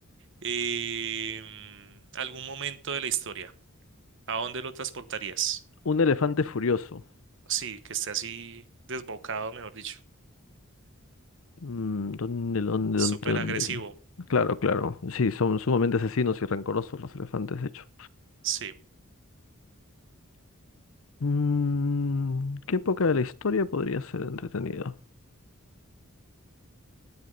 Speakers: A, on the right; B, on the left.
A: em, a algún momento de la historia? ¿A dónde lo transportarías?
B: Un elefante furioso.
A: Sí, que esté así desbocado, mejor dicho.
B: Mm, ¿Dónde, dónde,
A: Súper
B: dónde, dónde?
A: agresivo.
B: Claro, claro. Sí, son sumamente asesinos y rencorosos los elefantes, de hecho.
A: Sí.
B: Mm, ¿Qué época de la historia podría ser entretenida